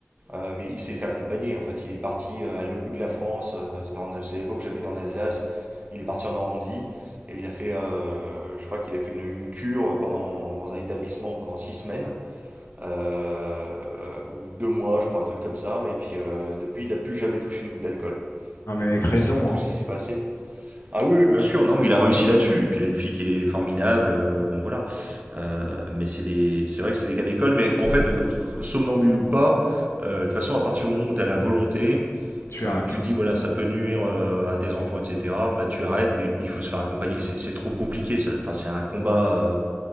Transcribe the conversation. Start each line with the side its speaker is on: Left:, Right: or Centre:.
Right: euh, mais il s'est fait accompagner. En fait, il est parti euh, à l'autre bout de la France. euh, c'était en c'est à l'époque où j'habitais en Alsace. Il est parti en Normandie et il a fait, euh, je crois qu'il a fait une, une cure pendant, dans un établissement pendant six semaines euh, ou deux mois, je crois, un truc comme ça. Et puis euh, depuis, il n'a plus jamais touché une goutte d'alcool.
Left: Non mais
Right: Donc
Left: avec
Right: euh,
Left: raison,
Right: je ne sais pas tout
Left: hein.
Right: ce qui s'est passé. Ah oui, oui, bien sûr, non, mais il a réussi là-dessus. Et Puis il a une fille qui est formidable, euh, bon voilà. Euh, mais c'est des, c'est vrai que c'est des cas d'école, mais en fait, euh, somnambule ou pas, euh, de toute façon, à partir du moment où tu as la volonté,
Left: Tu
Right: euh,
Left: arrêtes.
Right: tu te dis voilà, ça peut nuire euh, à tes enfants, etc., bah tu arrêtes, mais il faut se faire accompagner. C'est c'est trop compliqué, ça. Enfin, c'est un combat euh,